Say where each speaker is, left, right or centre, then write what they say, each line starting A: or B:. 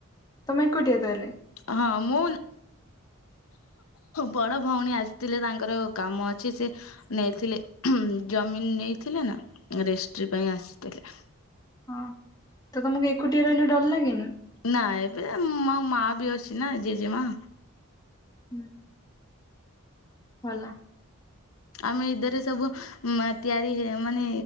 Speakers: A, on the left; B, on the left.
A: ତମେ ଏକୁଟିଆ ତାହେଲେ
B: ହଁ ମୁଁ ବଡ ଭଉଣୀ ଆସିଥିଲେ ତାଙ୍କର କାମ ଅଛି ସେ ନେଇଥିଲେ ଜମିିନ ନେଇଥିଲେ ନା, ରେଷ୍ଟ୍ରି ପାଇଁ ଆସିଥିଲେ।
A: ହଁ ତ ତମକୁ ଏକୁଟିଆ ରହିଲୁ ଡର ଲାଗେନି?
B: ନା ଏବେ ମୋ ମା ବି ଅଛି ନା ଜେଜେମା।
A: ହୁଁ। ଭଲ।
B: ଆମେ ଇଦରେ ସବୁ ମା ତିଆରି ହେ ମାନେ